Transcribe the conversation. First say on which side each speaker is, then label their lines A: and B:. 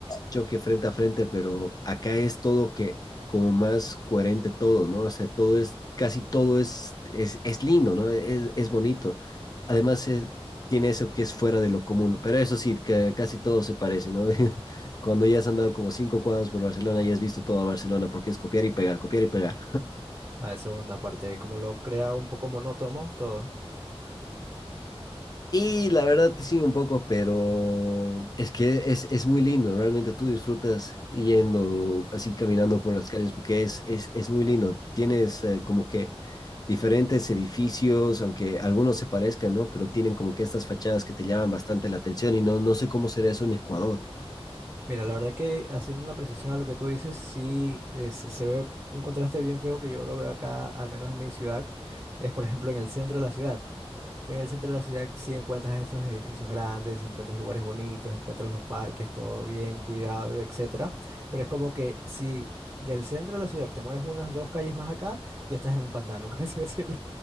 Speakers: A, on the left; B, on the right.
A: choque frente a frente, pero acá es todo que como más coherente todo, ¿no? O sea, todo es, casi todo es, es, es lindo, ¿no? Es, es bonito. Además, es, tiene eso que es fuera de lo común, pero eso sí, que casi todo se parece, ¿no? <laughs> Cuando ya has andado como cinco cuadras por Barcelona ya has visto toda Barcelona, porque es copiar y pegar, copiar y pegar.
B: A la segunda parte, como lo crea un poco monótono todo.
A: Y la verdad que sí, un poco, pero es que es, es muy lindo, realmente tú disfrutas yendo así caminando por las calles porque es, es, es muy lindo. Tienes eh, como que diferentes edificios, aunque algunos se parezcan, ¿no? Pero tienen como que estas fachadas que te llaman bastante la atención y no, no sé cómo será eso en Ecuador.
B: Mira, la verdad que haciendo una precisión a lo que tú dices, sí eh, se se ve un contraste bien feo que yo lo veo acá, al menos en mi ciudad, es por ejemplo en el centro de la ciudad. Entonces, en el centro de la ciudad sí encuentras estos edificios grandes, encuentras lugares bonitos, encuentras los parques, todo bien cuidado, etcétera. Pero es como que si del centro de la ciudad te mueves unas dos calles más acá, ya estás en un pantano, <laughs> por así decirlo.